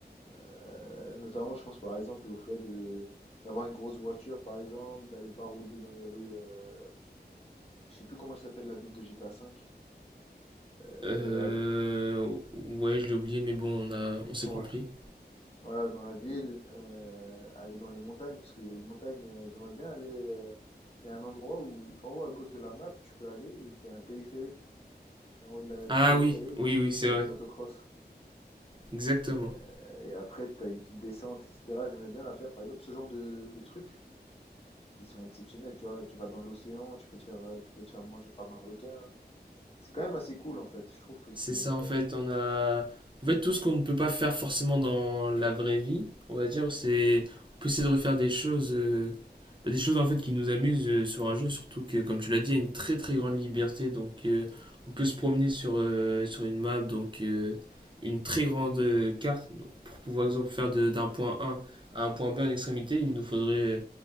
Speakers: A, on the left; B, on the right.
A: Euh, notamment, je pense par exemple au fait de d'avoir une grosse voiture, par exemple, d'aller barouder dans les rues. Euh, je sais plus comment elle s'appelle la ville de GTA V. Euh,
B: euh,
A: allez,
B: Ouais, je l'ai oublié, mais bon, on a... on s'est
A: ouais,
B: compris.
A: voilà, dans la ville, euh, aller dans les montagnes, parce qu'il y a une montagne. euh, j'aimerais bien aller. euh, il y a un endroit où, en haut à gauche de la map, tu peux aller et t'as un téléphérique. Et en haut de la- du
B: Ah
A: téléphérique,
B: oui, oui, oui, c'est
A: t'as
B: vrai.
A: une motocross.
B: Exactement.
A: Et, euh, et après, t'as une petite descente, etc. J'aimais bien la faire, par exemple, ce genre de, de trucs qui sont exceptionnels. Tu vois, tu vas dans l'océan, tu peux te faire, euh, tu peux te faire manger par un requin. C'est quand même assez cool, en fait. Je trouve que c'est.
B: C'est ça
A: euh,
B: en fait, on a en fait tout ce qu'on ne peut pas faire forcément dans la vraie vie, on va dire, c'est on peut essayer de refaire des choses euh, bah, des choses en fait qui nous amusent euh, sur un jeu, surtout que comme tu l'as dit, il y a une très très grande liberté donc euh, on peut se promener sur euh, sur une map donc euh, une très grande euh, carte donc pour pouvoir exemple faire de- d'un point A à un point B en extrémité, il nous faudrait euh,